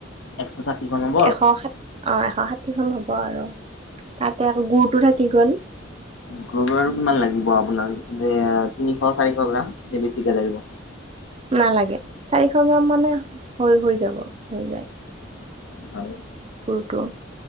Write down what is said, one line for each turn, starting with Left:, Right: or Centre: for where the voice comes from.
Left: একশ ষাঠিখন হোম',
Right: এশ ষাঠ অ', এশ ষাঠিখন হ'ব আৰু', তাতে আকৌ গুৰটো থাকি গ'ল,
Left: <unintelligible> গব আৰু কিমান লাগিব আপোনাৰ, যে তিনিশ চাৰিশ গ্ৰাম নে বেছিকে লাগিব?
Right: নালাগে চাৰিশ গ্ৰাম মানে হৈ হৈ যাব হৈ যায়।
Left: হয়।
Right: গুৰটো।